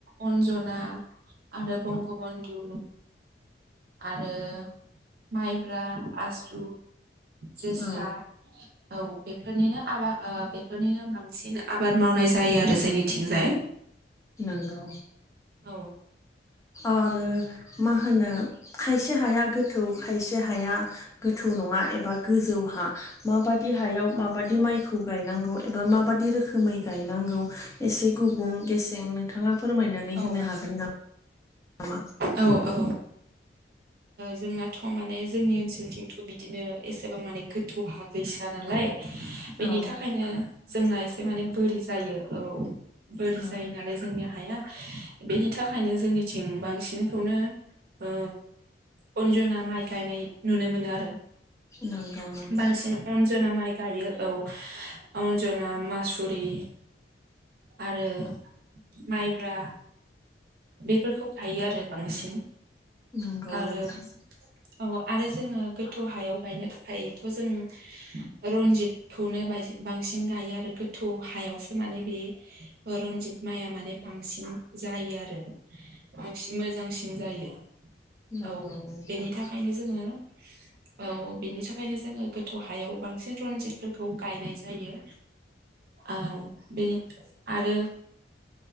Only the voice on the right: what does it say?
अन्जना आरो बंगबन्धु आरो माइब्रा आसु जोसा
औ बेफोरनिनो आबाद बे बेफोरनिनो बांसिन आबाद मावनाय जायो आरो जोंनिथिंजाय
औ
औ
औ औ जोंना थ' माने जोंनि ओनसोलथिंथ' बिदिनो एसेबां माने गोथौ हा गैसो आनालाय बेनि
थाखायनो जोंना एसे माने बोरि जायो औ बोरि
जायो नालाय जोंनि हाया बेनि थाखायनो जोंनिथिं बांसिनखौनो ओ अनजना माइ गायनाय नुनो मोनो आरो।
बांसिन अनजना माइ गायो औ अनजना मासुरि आरो माइ बुरा बेफोरखौ गायो आरो बांसिन
आरो
औ आरो जोंङो गोथौ हायाव गायनो थाखायथ' जों रनजितखौनो बांसिन गायो आरो गोथौ हायावसो माने बे रनजित माइआ माने बांसिन जायो आरो। बांसिन मोजांसिन जायो।
औ
बेनि थाखायनो जोंङो औ बेनि थाखायनो जोंङो गोथौ हायाव बांसिन रनजितफोरखौ गायनाय जायो। औ बेनि आरो